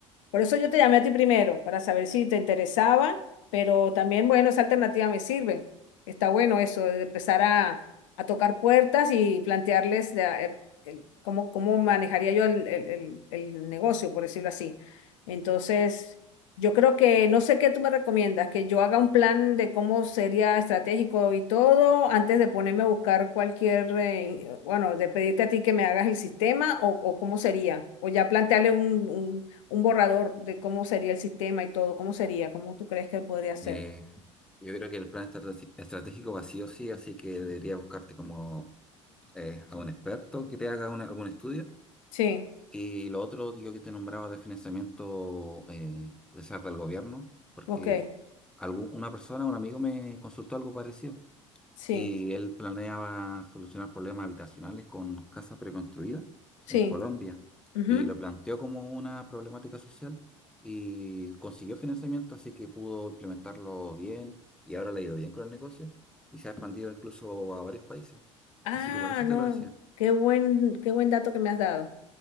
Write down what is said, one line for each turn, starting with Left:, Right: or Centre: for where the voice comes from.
Left: Por eso yo te llamé a ti primero, para saber si te interesaba, pero también, bueno, esa alternativa me sirve. Está bueno eso, de empezar a, a tocar puertas y plantearles la- el- el- cómo, cómo manejaría yo el, el- el- el negocio, por decirlo así. Entonces, yo creo que, no sé qué tú me recomiendas, que yo haga un plan de cómo sería estratégico y todo antes de ponerme a buscar cualquier, eh, bueno, de pedirte a ti que me hagas el sistema o, o cómo sería, o ya plantearle un, un un borrador de cómo sería el sistema y todo, cómo sería, cómo tú crees que podría ser.
Centre: Eh, yo creo que el plan estrate- estratégico va sí o sí, así que debería buscarte como eh, a un experto que te haga una- algún estudio.
Left: Sí,
Centre: Y lo otro, yo que te nombraba de financiamiento, eh, puede ser del gobierno, porque
Left: ok,
Centre: algú- una persona, un amigo me consultó algo parecido
Left: sí,
Centre: y él planeaba solucionar problemas habitacionales con casas preconstruidas
Left: sí.
Centre: en Colombia
Left: ujú.
Centre: y lo planteó como una problemática social y consiguió financiamiento, así que pudo implementarlo bien y ahora le ha ido bien con el negocio y se ha expandido incluso a varios países.
Left: Ah,
Centre: Así que por eso
Left: no,
Centre: te lo decía.
Left: qué buen, qué buen dato que me has dado.